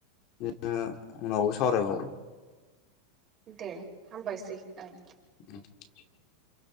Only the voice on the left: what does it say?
ओ उनावबो सावरायबाव
<inaudible>